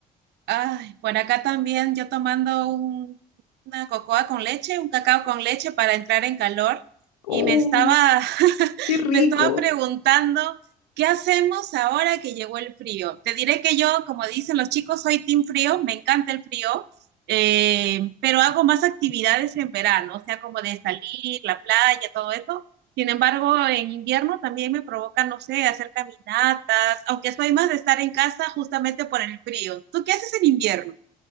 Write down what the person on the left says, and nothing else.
Oh,
qué rico.